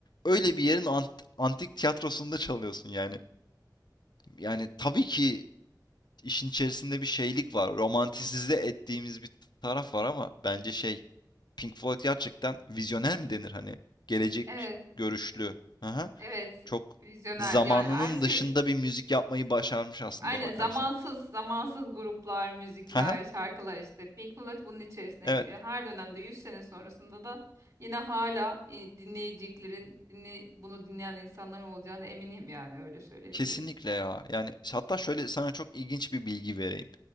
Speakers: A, on the left; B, on the right.
A: öyle bir yerin ant- antik tiyatrosunda çalıyorsun yani. Yani tabii ki işin içerisinde bir şeylik var romantisize ettiğimiz bir taraf var ama bence şey Pink Floyd gerçekten vizyoner mi denir hani? Gelecek
B: Evet.
A: görüşlü. Aha,
B: Evet.
A: çok
B: Vizyoner.
A: zamanının
B: Ya her şey
A: dışında bir müzik yapmayı başarmış aslında
B: Aynen
A: bakarsan.
B: zamansız, zamansız gruplar, müzikler,
A: Aha,
B: şarkılar işte. Pink Floyd bunun içerisine
A: evet,
B: giriyor. Her dönemde 100 sene sonrasında da yine hala e, dinleyeceklerin, dinle, bunu dinleyen insanların olacağına eminim yani öyle söyleyebilirim.
A: kesinlikle ya. Yani hatta şöyle sana çok ilginç bir bilgi vereyim.